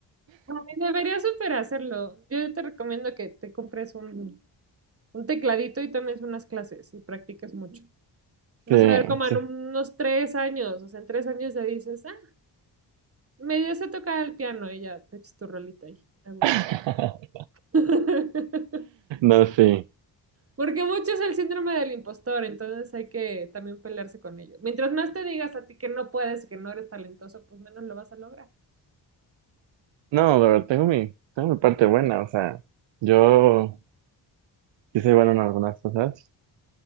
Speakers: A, on the right; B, on the right.
A: Ay, Deberías super hacerlo. Yo te recomiendo que te compres un un tecladito y también unas clases y practicas mucho. Vas
B: Sí,
A: a ver como
B: sí.
A: en unos tres años, o sea, en tres años ya dices, ah, medio sé tocar el piano y ya te echas tu rolita ahí, a gusto.
B: <laughs>
A: <laughs>
B: No, sí.
A: Porque mucho es el síndrome del impostor, entonces hay que también pelearse con ello. Mientras más te digas a ti que no puedes, que no eres talentoso, pues menos lo vas a lograr.
B: No, pero tengo mi, tengo mi parte buena, o sea, yo sí soy bueno en algunas cosas.